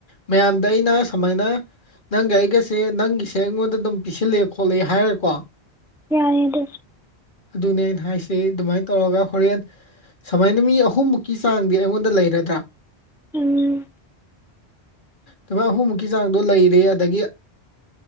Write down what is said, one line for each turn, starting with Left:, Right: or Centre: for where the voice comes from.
Left: ꯃꯌꯥꯝꯗ ꯑꯩꯅ ꯁꯨꯃꯥꯏꯅ ꯅꯪꯒ ꯑꯩꯒꯁꯦ ꯅꯪꯒꯤꯁꯦ ꯑꯩꯉꯣꯟꯗ ꯑꯗꯨꯝ ꯄꯤꯁꯤꯜꯂꯦ ꯈꯣꯠꯂꯛꯑꯦ ꯍꯥꯏꯔꯒꯀꯣ
Centre: ꯌꯥꯔꯦ ꯑꯗꯨ
Left: ꯑꯗꯨꯅꯦ ꯑꯩꯅ ꯍꯥꯏꯁꯦ ꯑꯗꯨꯃꯥꯏꯅ ꯇꯧꯔꯒ ꯍꯣꯔꯦꯟ ꯁꯨꯃꯥꯏꯅ ꯃꯤ ꯑꯍꯨꯝꯃꯨꯛꯀꯤ ꯆꯥꯡꯗꯤ ꯑꯩꯉꯣꯟꯗ ꯂꯩꯔꯗ꯭ꯔꯥ
Centre: ꯎꯝ
Left: ꯂꯨꯄꯥ ꯑꯍꯨꯝꯃꯨꯛꯀꯤ ꯆꯥꯡꯗꯣ ꯂꯩꯔꯦ ꯑꯗꯒꯤ